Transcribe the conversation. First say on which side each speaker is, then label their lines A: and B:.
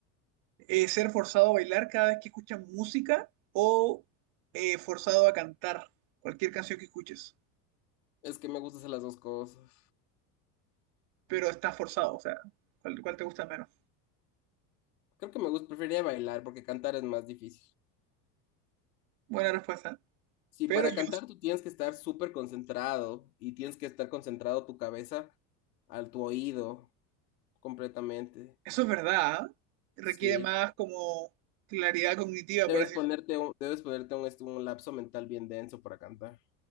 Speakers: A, on the right (about 65°); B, on the left (about 80°).
A: Eh, ¿ser forzado a bailar cada vez que escuchas música o eh, forzado a cantar cualquier canción que escuches?
B: Es que me gustan hacer las dos cosas.
A: Pero estás forzado, o sea, ¿cuál, cuál te gusta menos?
B: Creo que me gusta, preferiría bailar porque cantar es más difícil.
A: Buena respuesta.
B: Si
A: Pero
B: para
A: yo,
B: cantar tú tienes que estar súper concentrado y tienes que estar concentrado tu cabeza al tu oído completamente.
A: eso es verdad, ¿ah? Requiere
B: Sí.
A: más como claridad cognitiva,
B: Debes
A: por así
B: ponerte
A: decirlo.
B: un, debes ponerte un, este, un lapso mental bien denso para cantar.